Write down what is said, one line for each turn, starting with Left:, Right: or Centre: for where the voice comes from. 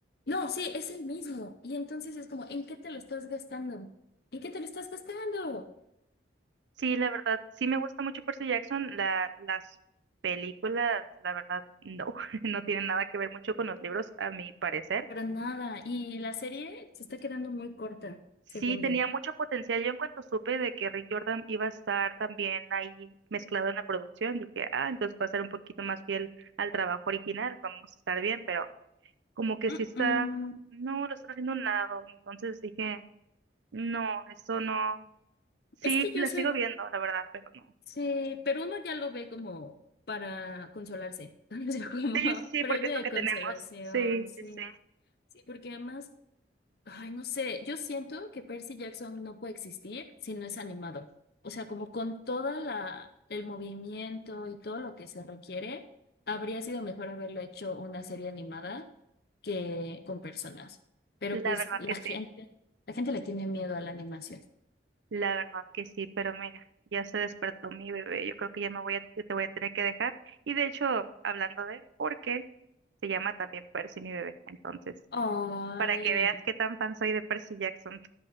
Left: no, sí, es el mismo. Y entonces es como, ¿en qué te lo estás gastando? ¿En qué te lo estás gastando?
Right: Sí, la verdad, sí me gusta mucho Percy Jackson. La, las películas, la verdad, no, <laughs> no tienen nada que ver mucho con los libros, a mi parecer.
Left: Para nada. Y la serie se está quedando muy corta,
Right: Sí,
Left: según
Right: tenía
Left: yo.
Right: mucho potencial. Yo en cuanto supe de que Rick Jordan iba a estar también ahí mezclado en la producción, dije, ah, entonces va a ser un poquito más fiel al trabajo original, vamos a estar bien, pero como que
Left: Mm,
Right: sí está,
Left: mm.
Right: no, lo están haciendo a un lado. Entonces dije, no, eso no. Sí,
Left: Es que yo
Right: la
Left: soy
Right: sigo viendo, la verdad, pero no.
Left: Sí, pero uno ya lo ve como para consolarse, <laughs> o sea, como
Right: Sí, sí, sí,
Left: premio
Right: porque es lo
Left: de
Right: que
Left: consolación,
Right: tenemos. Sí,
Left: sí.
Right: sí, sí.
Left: Sí, porque además, ay, no sé, yo siento que Percy Jackson no puede existir si no es animado. O sea, como con toda la el movimiento y todo lo que se requiere, habría sido mejor haberlo hecho una serie animada que con personas. Pero
Right: La
Left: pues
Right: verdad
Left: la
Right: que
Left: gente,
Right: sí,
Left: la gente le tiene miedo a la animación.
Right: la verdad que sí, pero mira, ya se despertó mi bebé, yo creo que ya me voy a, ya te voy a tener que dejar. Y de hecho, hablando de porque se llama también Percy mi bebé, entonces,
Left: Ay.
Right: para que veas qué tan fan soy de Percy Jackson.